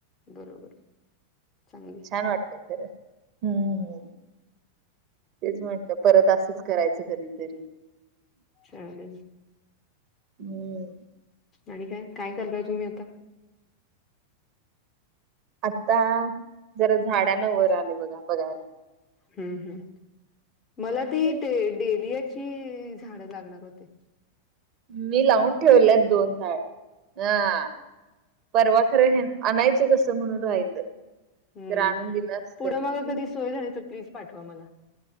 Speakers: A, on the left; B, on the right.
A: बरोबर. चांगली
B: छान वाटतय खरं. हम्म हम्. तेच म्हंटलं, परत असंच करायचं कधीतरी.
A: चालेल.
B: हम्म
A: आणि काय? काय चालूय तुम्ही आता?
B: आता जरा झाडांनां वर आलोय बघा बघायला.
A: हम् हम्. मला ती
B: जरा
A: ते डेलियाची झाडं लागणार होती.
B: मी लावून ठेवलेत दोन झाड हा. परवा खरं. हे आणायचं कसं म्हणून, राहिलं
A: हम्म
B: जर आणून दिलं असत
A: पुढं
B: हम.
A: मग कधी सोय झाली तर प्लीज पाठवा मला.